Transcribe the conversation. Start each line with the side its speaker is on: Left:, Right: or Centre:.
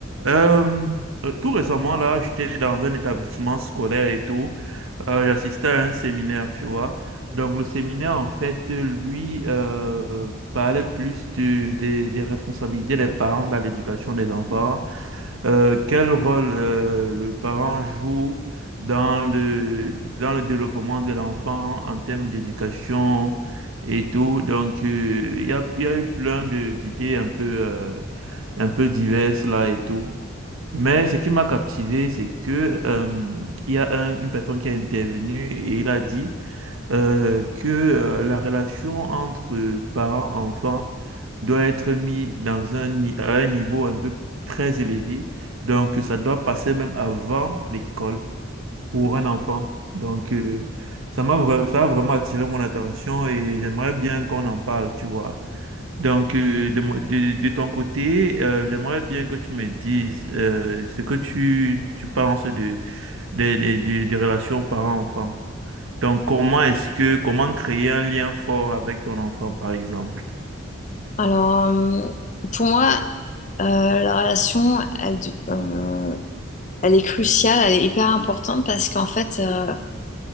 Right: Euh, euh, tout récemment, là, j'étais dans un établissement scolaire et tout. Euh, j'assistais à un séminaire, tu vois. Donc, le séminaire, en fait, euh, lui, euh, parlait plus de- des des responsabilités des parents dans l'éducation des enfants. Euh, quel rôle euh, le parent joue dans le, dans le développement de l'enfant en termes d'éducation et tout. Donc, euh, il y a, il y a eu plein de- d'idées un peu, euh, un peu diverses là et tout. Mais ce qui m'a captivé, c'est que euh, il y a un- une personne qui a intervenu et il a dit euh, que euh, la relation entre parents-enfants doit être mise dans un, ni- à un niveau un peu très élevé. Donc, ça doit passer même avant l'école pour un enfant. Donc, euh, ça m'a vra- ça a vraiment attiré mon attention et j'aimerais bien qu'on en parle, tu vois. Donc, euh, de, mo- de, de ton côté, euh, j'aimerais bien que tu me dises euh, ce que tu, tu penses de, des des des- des relations parents-enfants. Donc, comment est-ce que, comment créer un lien fort avec ton enfant, par exemple?
Left: Alors, euh, pour moi, euh, la relation, elle, de- euh, elle est cruciale, elle est hyper importante parce qu'en fait, euh,